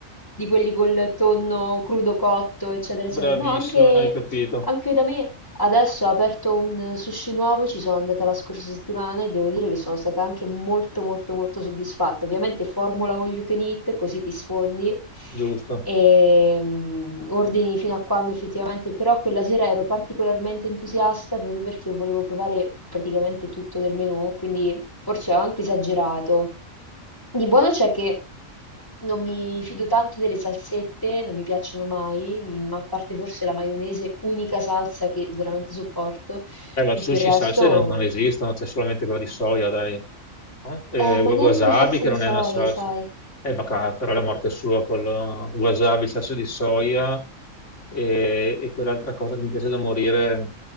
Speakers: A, on the left (about 15°); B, on the left (about 60°).
A: di quelli col tonno crudo cotto, eccetera, eccetera.
B: bravissima,
A: No, anche,
B: hai capito,
A: anche da me Adesso ha aperto un sushi nuovo, ci sono andata la scorsa settimana e devo dire che sono stata anche molto molto molto soddisfatta. Ovviamente formula all you can eat, così ti sfondi
B: giusto.
A: e mm, ordini fino a quando effettivamente, però quella sera ero particolarmente entusiasta proprio perché volevo provare praticamente tutto del menù, quindi Forse ho anche esagerato. Di buono c'è che non mi fido tanto delle salsette, non mi piacciono mai, ma a parte forse la maionese, unica salsa che veramente sopporto,
B: Beh, ma
A: tutto
B: sushi
A: il resto...
B: e salse non, non esistono, c'è solamente quella di soia, dai. No? Eh,
A: Eh, ma
B: wasabi,
A: neanche la salsa
B: che
A: di
B: non
A: soia,
B: è una salsa.
A: sai?
B: Eh, ma ca- però la morte sua, col wasabi, salsa di soia e, e quell'altra cosa che mi piace da morire,